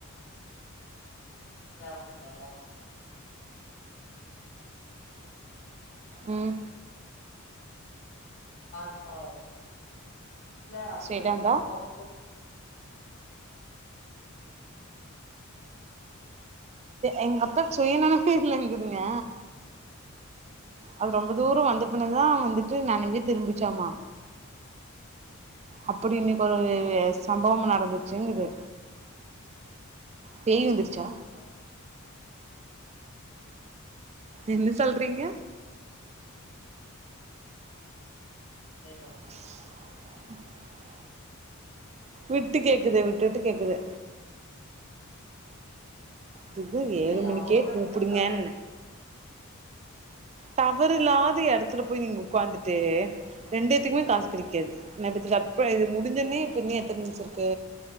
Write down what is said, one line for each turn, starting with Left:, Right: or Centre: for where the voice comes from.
Left: யா பா
Right: ம்
Left: பாது பழ இல்ல அப்டின்னா
Right: ஸ்ட்ரைட்டா வந்தா
Left: போத்தபரு
Right: எங்கப்பா சுய நனைப்பே இல்லங்குதுங்க அது ரொம்ப தூர வந்தப்பிண்ணதா வந்துட்டு நெனவே திரும்பிச்சாமா அப்படி இன்னைக்கு ஒரு சம்பவ நடந்துச்சு செங்குது பேய் வந்துச்சா
Left: அ
Right: என்ன சொல்றீங்க
Left: <inaudible>
Right: <inaudible> விட்டு கேக்குது விட்டு விட்டு கேக்குது துது ஏழு
Left: ஏய்
Right: மணிக்கே
Left: அவ்வளோதா
Right: கூப்புடுங்கன்ன
Left: எங்க டவர்
Right: டவர் இல்லாத எடத்துல போய் நீங்க உக்காந்துட்டு ரெண்டுதுக்குமே காசு கடைக்காது நா இது கப்ப இது முடிஞ்சுன்னே புண்யா தெரிஞ்ச்சிருக்க